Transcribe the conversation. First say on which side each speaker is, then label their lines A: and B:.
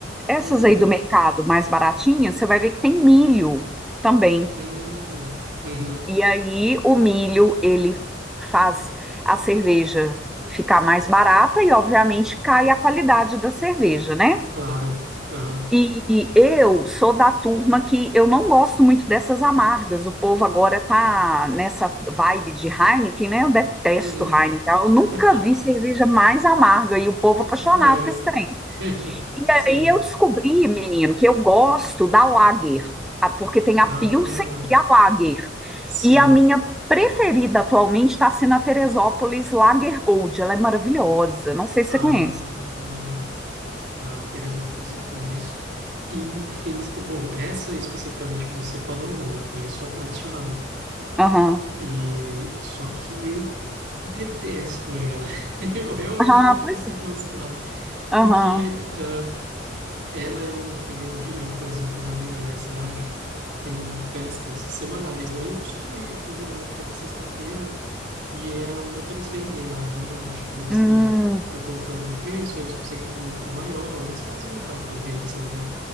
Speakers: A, in the centre; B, on the right.
A: Essas
B: Uhum.
A: aí do mercado mais baratinhas, você vai ver que tem milho também.
B: Hum, uhum,
A: E aí o milho, ele faz a cerveja ficar mais barata e, obviamente, cai a qualidade da cerveja, né?
B: claro. Aham,
A: E e eu sou da turma que eu não gosto muito dessas amargas. O povo agora tá nessa vibe de Heineken, né? Eu detesto
B: uhum,
A: Heineken. Eu nunca
B: <laughs>
A: vi cerveja mais amarga e o povo apaixonado
B: aham,
A: com esse trem.
B: <laughs>
A: E
B: Sim.
A: aí eu descobri, menino, que eu gosto da Lager, a- porque tem a
B: Ah,
A: Pilsen e a Lager.
B: sim.
A: E a minha preferida atualmente está sendo a Teresópolis Lager Gold. Ela é maravilhosa. Não sei se
B: Ah,
A: você conhece.
B: a Teresópolis eu conheço. Infeliz... eh, Bom, essa especificamente que você falou, não. Eu conheço a tradicional.
A: Aham.
B: E... Só que eu detesto ela. <laughs> Eu realmente
A: Aham,
B: não consigo
A: pois é.
B: gostar.
A: Aham.
B: Porque eh, ela é uma que vende... Eu, por exemplo, na minha universidade, tem festas semanais, né? Eu costumo ir toda, toda sexta-feira e é uma que eles vendem lá, né? Eu acho que deve
A: Hum.
B: ser por conta do preço, eles conseguem ter um lucro maior, eles fazem o cálculo deles lá, né?